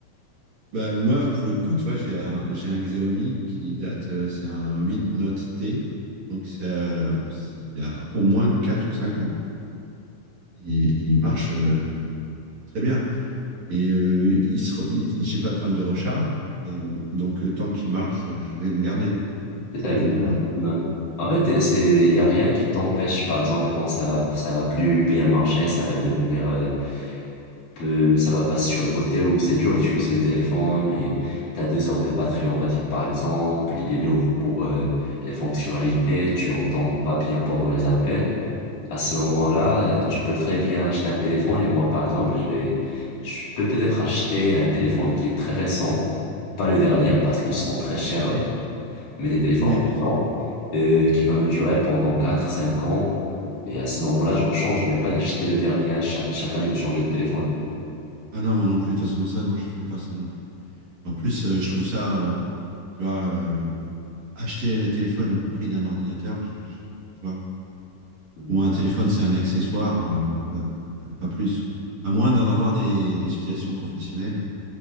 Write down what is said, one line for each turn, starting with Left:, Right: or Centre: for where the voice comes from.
Right: Bah, moi, pour le coup, tu vois, j'ai un, j'ai un Xiaomi qui date, euh, c'est un 8 Note T. Donc, ça, il a au moins 4 ou 5 ans. Et, et il marche euh, très bien. Et euh, il se re- il- il- j'ai pas de problème de recharge. Et bon, donc, euh, tant qu'il marche, je vais le garder. Parce
Left: C'est ça
Right: que bon.
Left: exactement.
Right: euh,
Left: Ouais. En fait, euh, c'est il y a rien qui t'empêche par exemple quand ça va ça va plus bien marcher, ça va devenir euh, peu ça va passer sur le côté où c'est dur d'utiliser le téléphone et t'as deux heures de batterie on va dire par exemple, il est lourd pour euh, les fonctionnalités, tu entends pas bien pendant les appels. À ce moment-là, euh, tu peux très bien acheter un téléphone et moi par exemple, je vais je peux peut-être acheter un téléphone qui est très récent, pas le dernier parce qu'ils sont très chers
Right: Oui.
Left: mais des téléphones
Right: Oui. puis c'est-
Left: récents, euh, qui va me durer pendant quatre cinq ans. Et à ce moment-là, je rechange, mais pas d'acheter le dernier à chaque, chaque année de changer de téléphone.
Right: Ah non, moi non plus. De toute façon, moi, ça, non, je fais pas ça non plus. En plus, euh, je trouve ça, euh, tu vois, euh, acheter un téléphone le prix d'un ordinateur, je- je- tu vois.
Left: Mhm.
Right: Pour moi, un téléphone, c'est un accessoire, euh, voilà, euh, pas plus. Quoi. À moins d'en avoir des, des utilisations professionnelles,